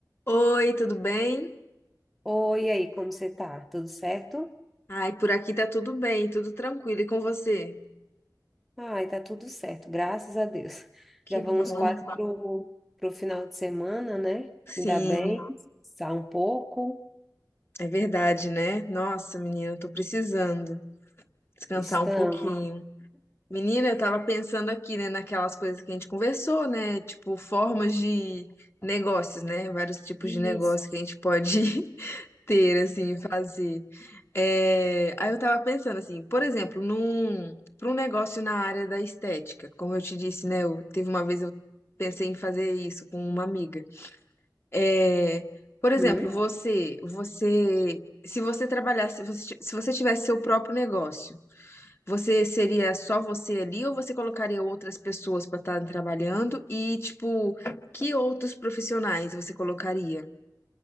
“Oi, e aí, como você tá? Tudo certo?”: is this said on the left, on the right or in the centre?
Centre